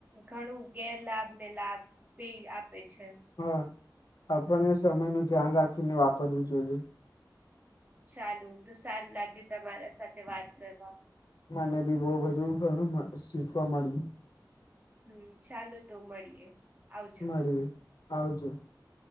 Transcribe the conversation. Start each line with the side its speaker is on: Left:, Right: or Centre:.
Right: ઘણું ગેરલાાભ ને લાભ બેઇ પે છે.
Left: હા આપણને સમય નુ ધ્યાન રાખીને વાપરવું જોઈએ.
Right: ચાલુ તો સારું લાગ્યું તમારા સાથે વાત કરવા.
Left: મને બી બહુ બધું ઘણું મનસ શીખવા માંડ્યું.
Right: હમ ચાલુ તો મળીએ. આવજો.
Left: મળ્યું આવજો.